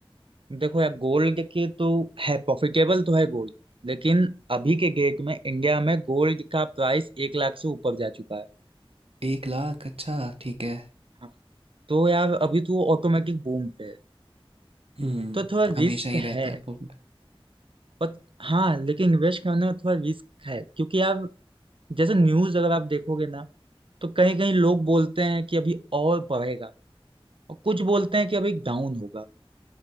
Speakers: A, on the right (about 65°); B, on the right (about 80°).
A: देखो यार गोल्ड के तो है प्रॉफिटेबल तो है गोल्ड लेकिन अभी के डेट में इंडिया में गोल्ड का प्राइस एक लाख से ऊपर जा चुका है
B: एक लाख अच्छा ठीक है
A: हाँ। तो यार अभी तो वो ऑटोमेटिक बूम पे है
B: हम्म
A: तो थोड़ा
B: हमेशा
A: रिस्क
B: ही रहता
A: है
B: है वो
A: पर हाँ लेकिन इन्वेस्ट करने में थोड़ा रिस्क है क्योंकि यार जैसे न्यूज अगर आप देखोगे ना तो कहीं कहीं लोग बोलते हैं कि अभी और बढ़ेगा और कुछ बोलते हैं कि अभी डाउन होगा